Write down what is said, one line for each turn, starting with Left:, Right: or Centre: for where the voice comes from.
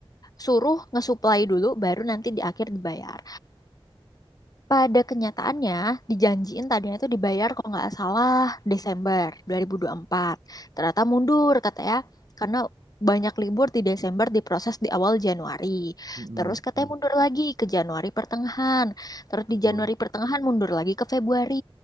Left: suruh ngesuplai dulu baru nanti di akhir dibayar. Pada kenyataannya, dijanjiin tadinya itu dibayar kalau nggak salah Desember 2024. Ternyata mundur katanya karena banyak libur di Desember diproses di awal Januari.
Right: mm-mm,
Left: Terus
Right: betul,
Left: katanya mundur lagi ke Januari pertengahan. Terus
Right: betul.
Left: di Januari pertengahan mundur lagi ke Februari.